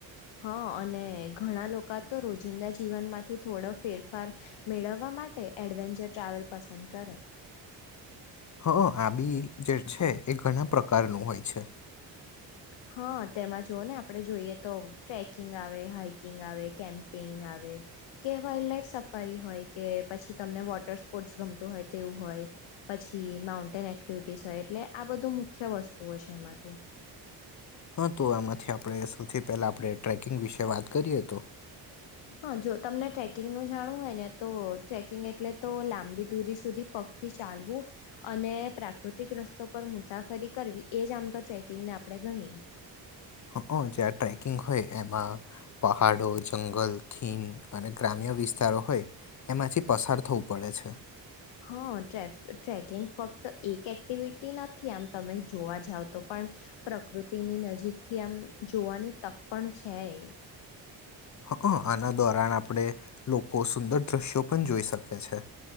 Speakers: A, on the left (about 85°); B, on the left (about 40°).
A: હા અને ઘણા લોકો તો રોજિંદા જીવનમાંથી થોડો ફેરફાર મેળવવા માટે એડવેન્ચર ટ્રાવેલ પસંદ કરે
B: હઅ અ આ બી જે છે એ ઘણા પ્રકારનું હોય છે
A: હા તેમાં જોુઓ ને આપણે જોઈએ તો ટ્રેકિંગ આવે હાાઈકિંગ આવે કેમ્પિંગ આવે કે વાઇલ્ડ લઇફ સફારી હોય કે પછી તમને વોટર સ્પોર્ટ્સ ગમતું હોય તેવું હોય પછી માઉન્ટેન એક્ટિવિટીસ હોય એટલે આ બધું મુખ્ય વસ્તુઓ છે એમાંથી
B: હા તો એમાંથી આપણે સૌથી પહેલા આપણે ટ્રેકિંગ વિશે વાત કરીએ તો
A: હા જો તમને ટ્રેકિંગનું જાણું હોય ને તો ટ્રેકિંગ એટલે તો લાંબી દૂરી સુધી પગથી ચાલવું અને પ્રાકૃતિક રસ્તો પર મુસાફરી કરવી એ જ આમ તો ટ્રેકિંગને આપણે ગણીએ
B: હઅ જ્યાં ટ્રેકિંગ હોય એમાં પહાડો જંગલ ખીન અને ગ્રામ્ય વિસ્તારો હોય એમાંથી પસાર થવું પડે છે
A: હા ટ ટ્રેકિંગ ફક્ત એક એક્ટિવિટી નથી આમ તમે જોવા જાવ તો પણ પ્રકૃતિની નજીકથી આમ જોવાની તક પણ છે એ
B: હઅ આના દોરાણ આપણે લોકો સુંદર દ્રશ્યો પણ જોઈ શકે છે